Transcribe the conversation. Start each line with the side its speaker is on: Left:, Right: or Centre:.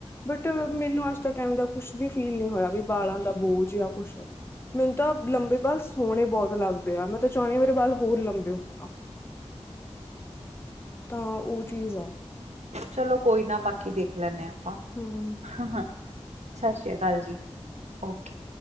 Left: ਬਟ ਮੈਨੂੰ ਅੱਜ ਤੱਕ ਐਵੇਂ ਦਾ ਕੁਛ ਵੀ ਫੀਲ ਨਹੀਂ ਹੋਇਆ, ਵੀ ਬਾਲਾਂ ਦਾ ਬੋਝ ਜਾਂ ਕੁਛ ਮੈਨੂੰ ਤਾਂ ਲੰਬੇ ਬਾਲ ਸੋਹਣੇ ਬਹੁਤ ਲੱਗਦੇ ਆ। ਮੈਂ ਤਾਂ ਚਾਹੁੰਦੀ ਹਾਂ ਮੇਰੇ ਬਲ ਹੋਰ ਲੰਬੇ ਹੋਣ। ਤਾਂ ਉਹ ਚੀਜ਼ ਆ।
Right: ਚਲੋ ਕੋਈ ਨਾ ਬਾਕੀ ਦੇਖ ਲੈਂਦੇ ਹਾਂ ਆਪਾਂ।
Left: ਹੂੰ
Right: ਹਾਂ-ਹਾਂ ਸਤਿ ਸ੍ਰੀ ਅਕਾਲ ਜੀ, ਓਕੇ।